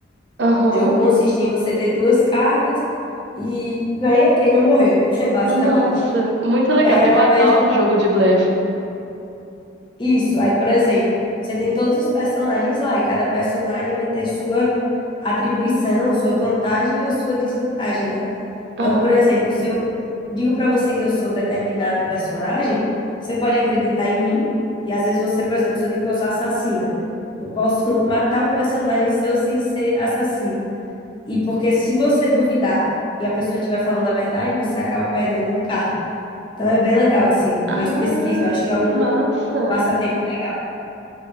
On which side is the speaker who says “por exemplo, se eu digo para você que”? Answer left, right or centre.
Left